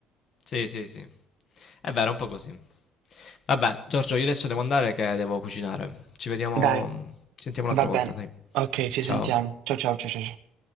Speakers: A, on the left; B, on the right.
A: Sì, sì, sì. sì. È vero, è un po' così. Vabbè, Giorgio, io adesso devo andare che devo cucinare. Ci vediamo,
B: Dai,
A: ci sentiamo
B: va
A: un'altra
B: bene.
A: volta, dai.
B: Ok, ci
A: Ciao.
B: sentiamo. Ciao ciao ciao ciao. ciao.